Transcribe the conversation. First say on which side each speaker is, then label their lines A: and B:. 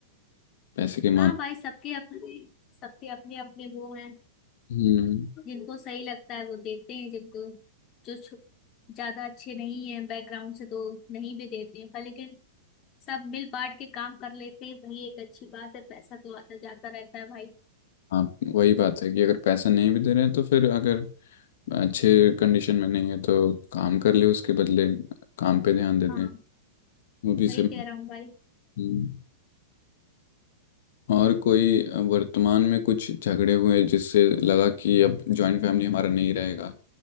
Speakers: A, on the left (about 55°); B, on the left (about 35°).
A: पैसे के
B: हाँ भाई सबके अपने सबके अपने अपने वो हैं
A: मामले
B: जिनको सही लगता है वो देते हैं जिनको जो छु- ज्यादा अच्छे नहीं है बैकग्राउंड से तो नहीं भी देते हैं पर लेकिन सब मिल बांट के काम कर लेते हैं वही एक अच्छी बात है पैसा तो आता जाता रहता है भाई
A: हाँ वही बात है कि अगर पैसा नहीं भी दे रहे हैं तो फिर अगर अच्छे कंडीशन में नहीं है तो काम कर ले उसके बदले काम पे ध्यान देते
B: हाँ
A: हैं मूवी से
B: वही कह रहा हूँ भाई
A: हम्म। और कोई अ, वर्तमान में कुछ झगड़े हुए जिससे लगा कि अब जॉइंट फैमिली हमारा नहीं रहेगा